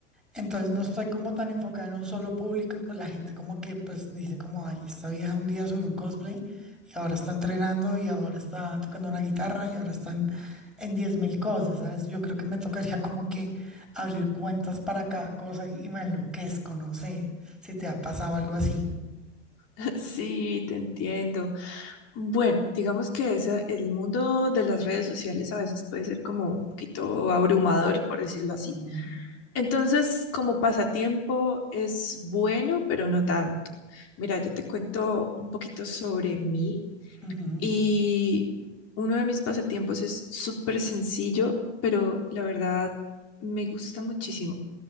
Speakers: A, in the centre; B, on the left.
A: Entonces no estoy como tan enfocada en un solo público y pues la gente como que pues dice como, ay, esta vieja un día subió un cosplay y ahora está entrenando y ahora está tocando una guitarra y ahora están en 10 mil cosas, ¿sabes? Yo creo que me tocaría como que abrir cuentas para cada cosa y, y me enloquezco, no sé si te ha pasado algo así.
B: <laughs> Sí, te entiendo. Bueno, digamos que esa- el mundo de las redes sociales a veces puede ser como un poquito abrumador, por decirlo
A: Ujú,
B: así. Entonces, como pasatiempo es bueno, pero no tanto. Mira, yo te cuento un poquito sobre mí
A: ujú,
B: y uno de mis pasatiempos es súper sencillo, pero la verdad me gusta muchísimo.